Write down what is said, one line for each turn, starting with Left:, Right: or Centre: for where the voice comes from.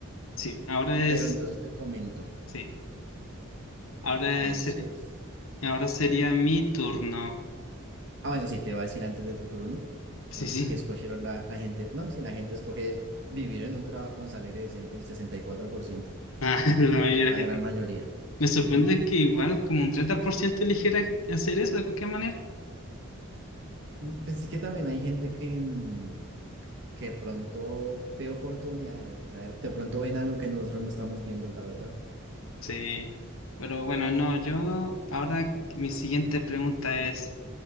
Left: sí, ahora es
Right: Pero entonces te comento.
Left: sí, ahora
Right: Entonces...
Left: es seri- ahora sería mi turno.
Right: Ah, bueno, sí, te va a decir antes de tu turno. Entonces,
Left: Sí, sí.
Right: ¿qué escogieron
Left: <laughs>
Right: la, la gente? No, si la gente escoge vivir en un trabajo con salario decente, el sesenta y cuatro por ciento,
Left: Ah, la
Right: O sea,
Left: mayoría de
Right: la
Left: la gente.
Right: gran mayoría.
Left: Me sorprende
Right: Ujú.
Left: que igual como un 30% eligiera hacer eso de cualquier manera.
Right: Mm, Pues es que también hay gente que, mm, que de pronto ve oportunidades. O sea, de pronto ven algo que nosotros no estamos viendo, la verdad.
Left: Sí. Pero bueno, no, yo ahora mi siguiente pregunta es,